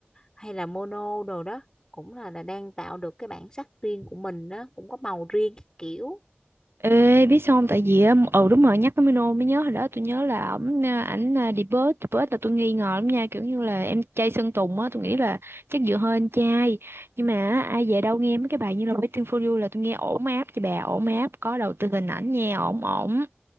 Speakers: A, on the left; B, on the right.
A: hay là Mono đồ đó cũng là, là đang tạo được cái bản sắc riêng của mình đó cũng có màu riêng các kiểu
B: Ê, biết sao không? Tại vì á, ừ đúng rồi, nhắc tới Mino mới nhớ hồi đó tôi nhớ là ổng à, ảnh à, debut, debut là tôi nghi ngờ lắm nha, kiểu như là em trai Sơn Tùng á, tôi nghĩ là chắc dựa hơi anh trai. Nhưng mà á, ai về đâu nghe mấy cái bài như là Waiting for You là tôi nghe ổn áp cho bà, ổn áp có đầu tư hình ảnh nha, ổn ổn.